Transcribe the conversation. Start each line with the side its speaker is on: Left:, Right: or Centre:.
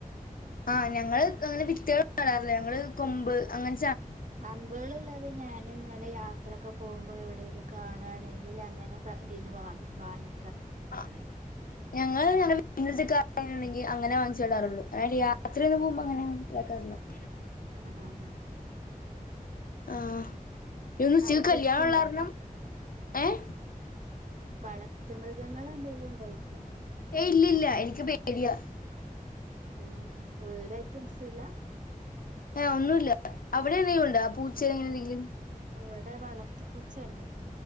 Left: ആ് ആ ഞങ്ങള് അങ്ങനെ വിത്ത കാടാറില്ല ഞങ്ങള് കൊമ്പ് അങ്ങന
Right: കമ്പുകളില്ലാതെ ഞാനങ്ങെനെ യാ ത്രൊക്കെ പോഉമ്പൊ എവിടേലും കാണാണെ ൽ അങ്ങനെക്കെ ഇതിന്ന് വാങ്ങി വായി
Left: ആ ഞങ്ങൾ നിങ്ങത്തെയണ്ടെങ്കിൽ അങ്ങനെ വാങ്ങിച്ചിടാറുള്ളു അ രാത്രിയന്ന് പോകുമ്പോ അങ്ങനെ മനസിലാക്കാറുള്ളണ്ട്
Right: ആഹ
Left: ആഹ ഇന്നും
Right: അവിടെ
Left: സീക്കല്ല
Right: പെറ്റ്ണ്ടോ
Left: ഉള്ളാരണം ഏഹ
Right: വളർത്ത മൃഗങ്ങൾ എന്തെലും ഉണ്ടോ യ്ക്ക
Left: ഏ ഇല്ലല്ല എനിക്ക് പേടിയാ
Right: ആഹ ഓ ഐറ്റംസ ഇല്ല
Left: ഏഹ് ഒന്നുല്ല അവിടെ എന്തെിലുംണ്ട് ആ പൂച്ചയിൽ എങ്ങനെന്തെങ്കിലും
Right: അവിടെ വളർത്ത പൂച്ചുണ്ട്